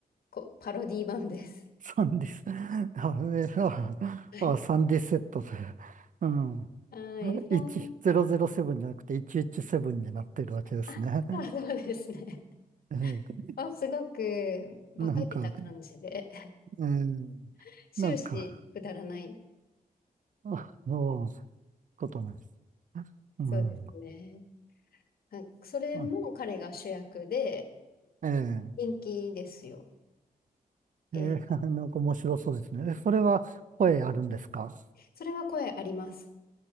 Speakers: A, on the left; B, on the right.
A: こうパロディ版です。
B: サンディス、あ、えあ、
A: はい。
B: あ、サンディセットで、うん。
A: はい、
B: 1007じゃなくて117になってるわけですね。
A: そん、あ、そうそうですね。
B: えー
A: <laughs> あ、すごく馬鹿げた感じで、
B: なんか、えー
A: <laughs> 終始くだらない。
B: なんか、あの、ことなんです。うん。
A: そうですね。はい、それも彼が主役で
B: あええ
A: 人気ですよ。映画。
B: えー <laughs> なんか面白そうですね。えそれは声あるんですか
A: それは声あります。